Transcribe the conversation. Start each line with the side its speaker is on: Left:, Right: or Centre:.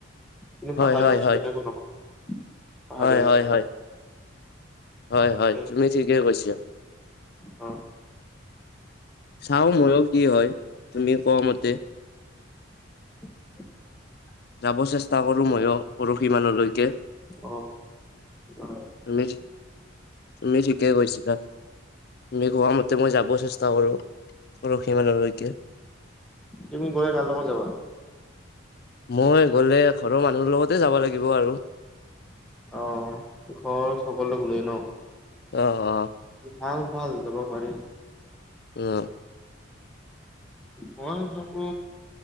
Centre: কিন্তু
Left: হয়
Centre: পাহাৰীয়া
Left: হয়
Centre: অঞ্চল
Left: হয়
Centre: তেনেকৈ নহয়। পাহাৰীয়া
Left: হয়
Centre: অঞ্চলত
Left: হয় হয়। হয়
Centre: তাকে
Left: হয় তুমি ঠিকে কৈছা।
Centre: অ
Left: চাওঁ ময়ো কি হয় তুমি কোৱা মতে।
Centre: <inaudible>
Left: যাব চেষ্টা কৰোঁ ময়ো পৰহি মানলৈকে।
Centre: অ অ
Left: তুমি তুমি ঠিকে কৈছিলা। তুমি কোৱা মতে মই যাব চেষ্টা কৰো পৰহী মানলৈকে।
Centre: তুমি গ'লে কাৰলগত যাবা।
Left: মই গ'লে ঘৰৰ মানুহৰ লগতে যাব লাগিব আৰু।
Centre: আহ ঘৰ সকলোক লৈ ন।
Left: অ অ
Centre: ভাল ভাল যাব পাৰি।
Left: উম
Centre: মই ভাবো